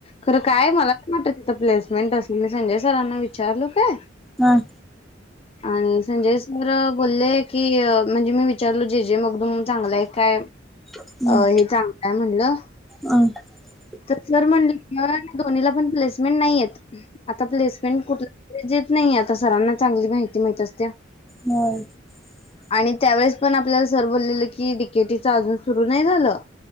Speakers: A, on the left; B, in the centre.
A: खरं काय मला पण वाटतं प्लेसमेंट असेल नसेल संजय सरांना विचारलो काय?
B: हम्म!
A: आणि संजय सर बोललेय की म्हणजे, मी विचारलो जे जे मगदूम चांगलंय आहे काय?
B: हम्म.
A: अ हे चांगल हाय म्हणलं.
B: <unintelligible>
A: तर सर म्हणलं दोन्हीला पण प्लेसमेंट नाही, आहेत. आता प्लेसमेंट कुठला <unintelligible> नाही आता सरांना चांगली माहिती माहित असत्या.
B: <unintelligible>
A: आणि त्यावेळेस पण आपल्याला सर बोललेलं की डी के टी च अजून सुरू नाही झालं.